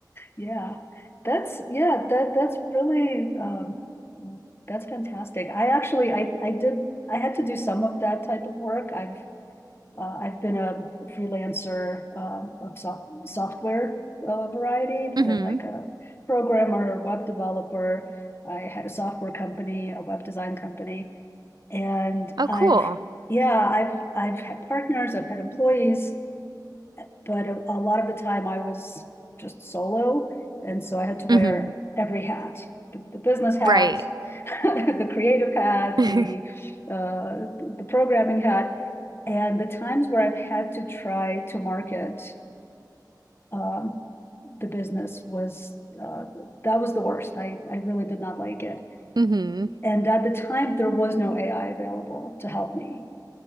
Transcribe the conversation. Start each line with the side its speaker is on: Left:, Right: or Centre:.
Left: Yeah. That's yeah. That that's really um, that's fantastic. I actually I I did I had to do some of that type of work. I've Uh, I've been a freelancer um, of soft, software uh, variety, I've
Right: hmm
Left: been like a programmer, web developer. I had a software company, a web design company, and
Right: Oh,
Left: I've
Right: cool.
Left: yeah, I've I've had partners, I've had employees, but a, a lot of the time I was just solo. And so I had to wear
Right: hmm
Left: every hat the, the business hat,
Right: Right.
Left: <laughs> the creative hat,
Right: <laughs>
Left: the, uh, the programming hat. And the times where I've had to try to market um, the business was uh, that was the worst. I, I really did not like it.
Right: hmm
Left: And at the time, there was no AI available to help me.